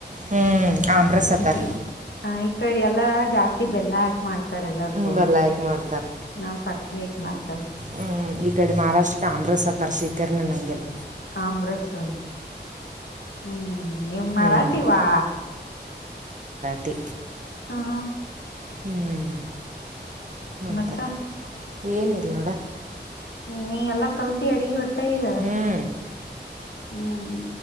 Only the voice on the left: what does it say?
ಹ್ಮ್ ಇ ಹ ಈ ಕಡೆ ಎಲ್ ಲ್ಲ ಜಾಸ್ತಿ ಬೆಲ್ಲ ಹಾಕ್ ಮಾಡ್ತ್ ತರ್ ಎಲ್ಲದುಕ್ಕು
ನಾವ್ ಸಕ್ರೆ ಹಾಕ್ ಮಾಡ್ ತ.
ಅಮ್ರಸ ಹ್ಮ್. ನೀವ್ ಮರಾಠಿವಾ.
ಹಾ
ಮತ್ತ
ನೀ ಎಲ್ಲಾ ಕಲ್ತಿ ಅಡ್ಗಿ ಬರ್ತ ಈಗ
ಹ್ಮ್